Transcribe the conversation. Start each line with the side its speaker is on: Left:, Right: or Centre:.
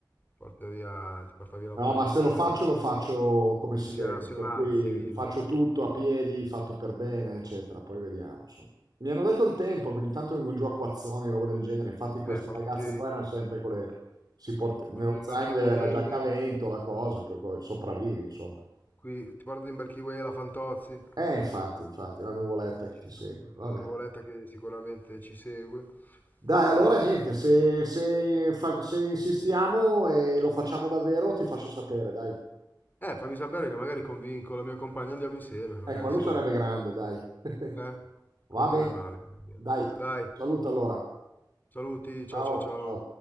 Left: porta via, ti porta via la
Right: No,
Left: polizia,
Right: ma se lo faccio, lo faccio come
Left: polizia
Right: si deve,
Left: nazionale,
Right: per cui
Left: civile.
Right: faccio tutto a piedi, fatto per bene, eccetera. Poi vediamo, insomma. Mi hanno detto il tempo, che ogni tanto vengono giù a acquazzoni, roba del genere. Infatti questi
Left: Eh, portati,
Right: ragazzi qua erano sempre con le... Si port- nello
Left: portati
Right: zaino
Left: un bel kiwi,
Right: deve avere la giacca a vento, la cosa, per cui sopravvivi, insomma.
Left: qui, ti portati un bel kiwi alla Fantozzi.
Right: Eh, infatti, infatti, la nuvoletta che
Left: Ci
Right: ti segue.
Left: sta.
Right: Vabbè.
Left: È Una nuvoletta che sicuramente ci segue.
Right: Dai, allora
Left: Eh,
Right: niente, se, se fa- se insistiamo e lo facciamo davvero, ti faccio sapere, dai.
Left: eh, fammi sapere che magari convinco la mia compagna, andiamo insieme, magari
Right: Eh, quello
Left: se...
Right: sarebbe grande, dai. <laughs>
Left: Eh,
Right: Va
Left: che non
Right: bene,
Left: è male.
Right: dai,
Left: Dai,
Right: saluto allora.
Left: saluti, ciao
Right: Ciao,
Left: ciao ciao.
Right: ciao.